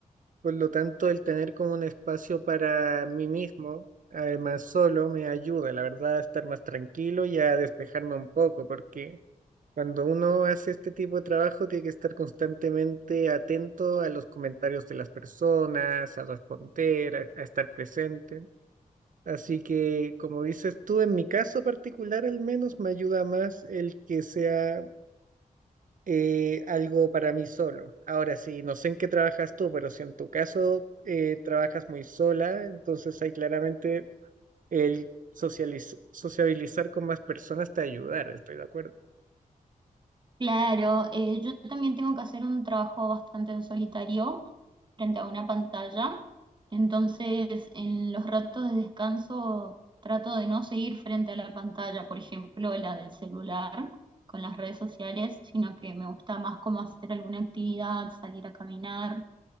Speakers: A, on the right (about 70°); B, on the right (about 35°).
A: Por lo tanto, el tener como un espacio para mí mismo, además solo, me ayuda, la verdad, a estar más tranquilo y a despejarme un poco, porque cuando uno hace este tipo de trabajo tiene que estar constantemente atento a los comentarios de las personas, a responder, a, a estar presente. Así que, como dices tú, en mi caso particular al menos me ayuda más el que sea eh, algo para mí solo. Ahora sí, no sé en qué trabajas tú, pero si en tu caso eh, trabajas muy sola, entonces ahí claramente el socializ- sociabilizar con más personas te ayudar, estoy de acuerdo.
B: Claro, eh, yo también tengo que hacer un trabajo bastante en solitario frente a una pantalla, entonces en los ratos de descanso trato de no seguir frente a la pantalla, por ejemplo, la del celular con las redes sociales, sino que me gusta más como hacer alguna actividad, salir a caminar,